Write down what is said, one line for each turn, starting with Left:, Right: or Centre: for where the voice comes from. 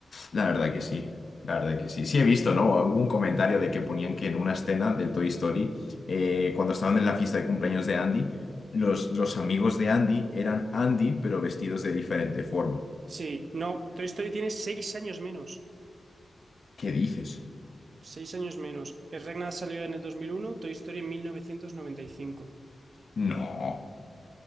Left: La verdad que sí. La verdad que sí. Sí he visto, ¿no? Hubo un comentario de que ponían que en una escena del Toy Story, eh, cuando estaban en la fiesta de cumpleaños de Andy, los, los amigos de Andy eran Andy, pero vestidos de diferente forma.
Right: Sí, no, Toy Story tiene seis años menos.
Left: ¿Qué dices?
Right: Seis años menos. Es Regnat salió en el 2001, Toy Story en 1995.
Left: No.